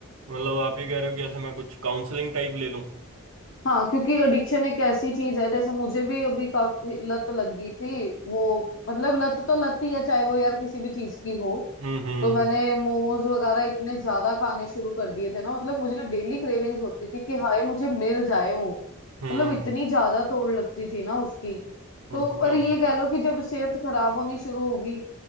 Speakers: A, on the right; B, on the left.
A: मतलब आप ये कह रहे हो कि ऐसे मैं कुछ काउंसलिंग टाइप ले लूं
B: हाँ क्योंकि एडिक्शन एक ऐसी चीज है जैसे मुझे भी अभी काफी लत लग गई थी वो मतलब लत तो लत ही है चाहे वो यार किसी भी चीज की हो
A: हम्म हम्म
B: तो मैंने मोमोज वगैरह इतने ज्यादा खाने शुरू कर दिए थे ना मतलब मुझे डेली क्रेविंग्स होती थी कि हाय मुझे मिल जाए वो
A: हम्म
B: मतलब इतनी ज्यादा तोड़ लगती थी ना उसकी
A: हम्म,
B: तो पर ये कह लो कि जब सेहत खराब होनी शुरू होगी